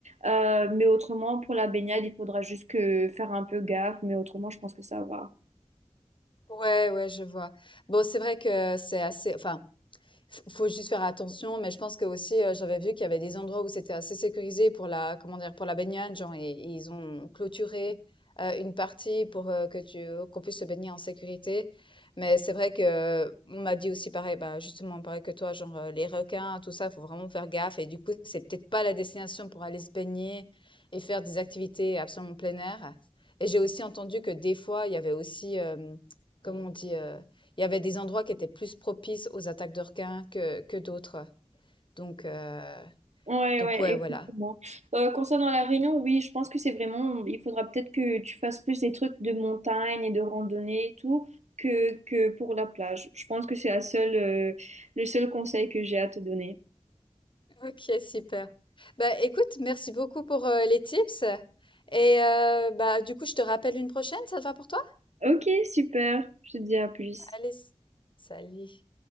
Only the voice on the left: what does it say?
Ouais, ouais, je vois. Bon, c'est vrai que c'est assez. Enfin, F faut juste faire attention, mais je pense que aussi, heu, j'avais vu qu'il y avait des endroits où c'était assez sécurisé pour la comment dire? Pour la baignade, genre et et ils ont clôturé, heu, une partie pour, heu, que tu euh, qu'on puisse se baigner en sécurité. Mais c'est vrai que euh, on m'a dit aussi pareil, bah, justement pareil que toi, genre, heu, les requins, tout ça, faut vraiment faire gaffe et du coup, c'est peut-être pas la destination pour aller se baigner et faire des activités absolument plein air. Et j'ai aussi entendu que des fois, il y avait aussi, hem, comment on dit? euh, il y avait des endroits qui étaient plus propices aux attaques de requins que, que d'autres. Donc, euh,
donc
ouais, voilà.
Ok, super. Bah écoute, merci beaucoup pour euh, les tips. Et euh, bah du coup, je te rappelle une prochaine, ça te va pour toi?
Allez, s- salut.